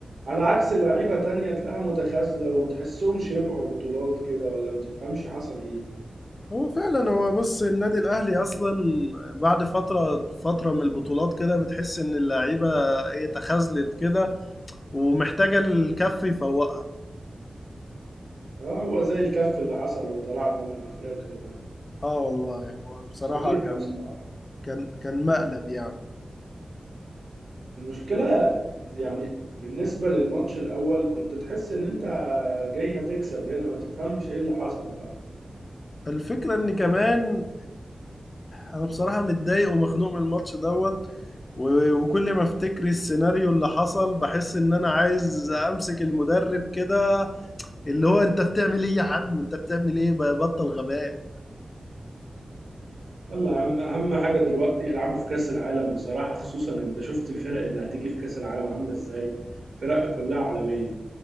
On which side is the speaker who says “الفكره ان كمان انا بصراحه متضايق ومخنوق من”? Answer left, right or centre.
Left